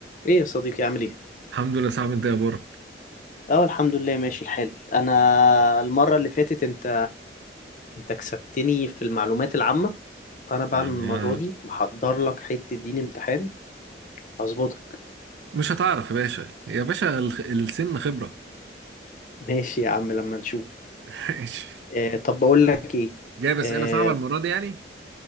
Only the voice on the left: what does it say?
ايه يا صديقي عامل ايه؟
اه الحمد لله ماشي الحال انا المرة اللي فاتت انت انت كسبتني في المعلومات العامة فانا بقى
المرة دي محضر لك حتة دين امتحان هظبطك
ماشي يا عم لما نشوف
آه طب بقول لك ايه
آه